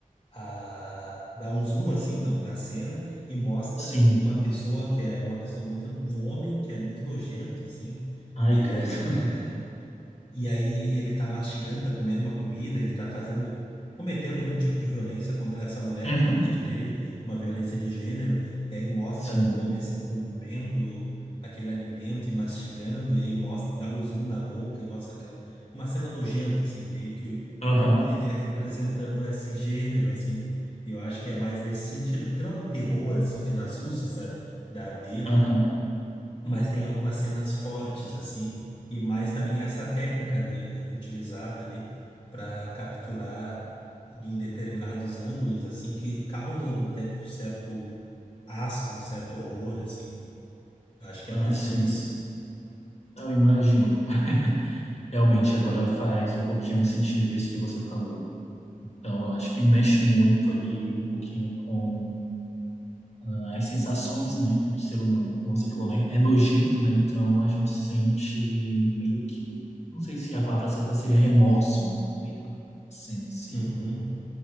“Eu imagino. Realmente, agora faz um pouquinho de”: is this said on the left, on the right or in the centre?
Left